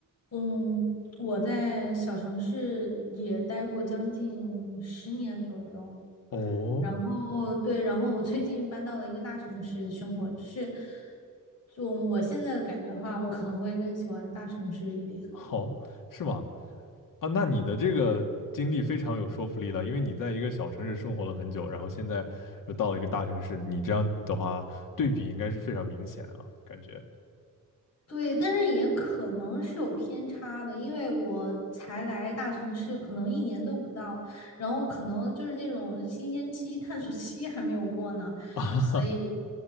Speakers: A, on the left; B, on the left.
A: 嗯，我在小城市也待过将近十年左右，
B: 哦，
A: 然后对，然后我最近搬到了一个大城市生活，就是，就我现在的感觉的话，我可能会更喜欢大城市一点。
B: 好，是吗？啊，那你的这个经历非常有说服力了，因为你在一个小城市生活了很久，然后现在又到了一个大城市，你这样的话对比应该是非常明显啊，感觉。
A: 对，但是也可能是有偏差的，因为我才来大城市，可能一年都不到，然后可能就是那种新鲜期、探索期还没有过呢，
B: <laughs>
A: 所以